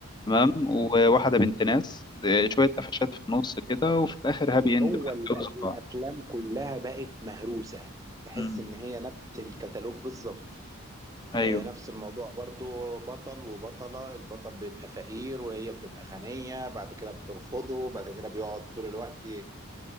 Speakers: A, on the left; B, on the right.
A: تمام وواحدة بنت ناس آه، شوية قفشات في النص كده وفي الآخر هابي إند
B: هو
A: بقى
B: ال-
A: اتجوزوا
B: الافلام
A: بعض
B: كلها بقت مهروسة تحس
A: مم.
B: ان هي نفس الكتالوج بالظبط
A: أيوه
B: آه، نفس الموضوع برضو بطل وبطلة البطل بيبقى فقير وهي بتبقى غنية بعد كده بترفضه بعد كده بيقعد طول الوقت ي-